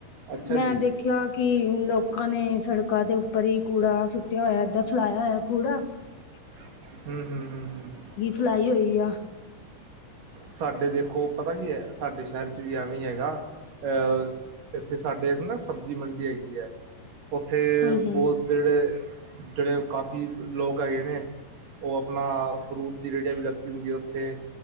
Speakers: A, on the right; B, on the left.
A: ਅੱਛਾ
B: ਮੈਂ
A: ਜੀ
B: ਦੇਖਿਆ ਕਿ ਲੋਕਾਂ ਨੇ ਸੜਕਾਂ ਦੇ ਉੱਪਰ ਹੀ ਕੂੜਾ ਸੁੱਟਿਆ ਹੋਇਆ ਏਦਾਂ ਫੈਲਾਇਆ ਹੋਇਆ ਕੂੜਾ ਕਿ <inaudible>
A: ਹੂੰ, ਹੂੰ, ਹੂੰ, ਹੂੰ।
B: ਫੈਲਾਈ ਹੋਈ ਆ।
A: ਸਾਡੇ ਦੇਖੋ ਪਤਾ ਕੀ ਐ ਸਾਡੇ ਸ਼ਹਿਰ 'ਚ ਵੀ ਐਵੇਂ ਈ ਹੈਗਾ ਅ ਏਥੇ ਸਾਡੇ ਨਾ ਸਬਜ਼ੀ ਮੰਡੀ ਹੇਗੀ ਐ ਓਥੇ
B: ਹਾਂਜੀ ਹਾਂਜੀ,
A: ਬੌਤ ਜੇੜੇ ਜੇੜੇ ਕਾਫ਼ੀ ਲੋਗ ਹੈਗੇ ਨੇ। ਓ ਆਪਣਾ ਫਰੂਟ ਦੀ ਰੇਹੜੀਆਂ ਵੀ ਲੱਗੀ ਹੁੰਦੀ ਓਥੇ।